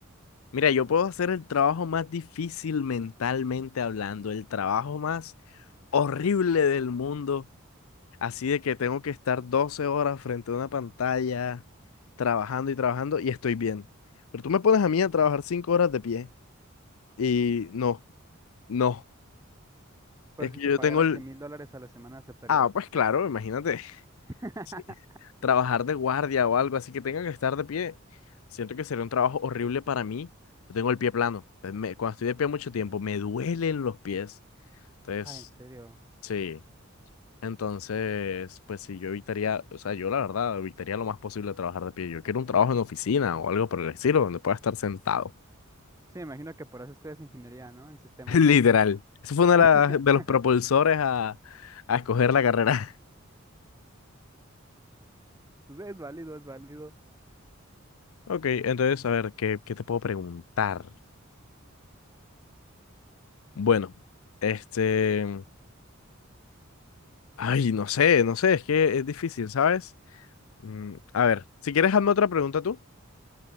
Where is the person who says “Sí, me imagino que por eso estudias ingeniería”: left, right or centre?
Right